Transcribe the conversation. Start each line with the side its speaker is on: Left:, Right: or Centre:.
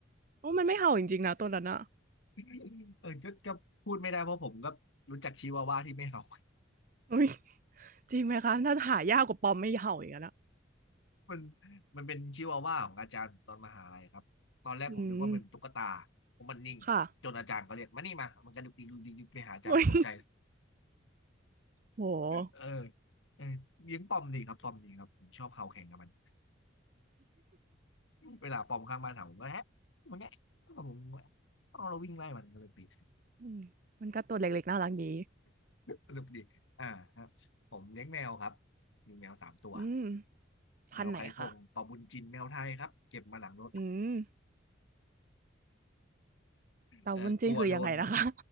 Right: โอ้มันไม่เห่าจริงๆนะตัวนั้นอะ
Left: <laughs> เออก็ก็พูดไม่ได้เพราะผมก็รู้จักชิวาว่าที่ไม่เห่า
Right: อุ้ยจริงไหมคะถ่าหายากกว่าปอมไม่เห่าอีกแล้วนะ
Left: มันมันเป็นชิวาว่าของอาจารย์ผมตอนมหาลัยครับตอนแรกผมนึกว่ามันเป็นตุ๊กตา
Right: อืม
Left: ผมมันนิ่งจนอาจารย์เขาเรียกมานี่มามันกระดุกดิกดุกดิกดุกไปหาอาจารย์ตกใจ
Right: ค่ะอุ้ยโห
Left: เออเออเลี้ยงปอมดีครับปอมดีครับผมชอบเห่าแข่งกับมันเวลาปอมข้างบ้านเห่าผมก็แฮะมันแงะก็ผมกแงะเอาเราวิ่งไล่มันสนุกดี
Right: อืมมันก็ตัวเล็กๆน่ารักดี
Left: สนุกดีอ่าครับผมเลี้ยงแมวครับมีแมวสามตัว
Right: อืมพันธุ์ไหนคะ
Left: แมวไข่ฟงปอบุญจินแมวไทยครับเก็บมาหลังรถ
Right: อืม เต่าบุญจิ้นคือยังไงนะคะ
Left: เออกลัวโดน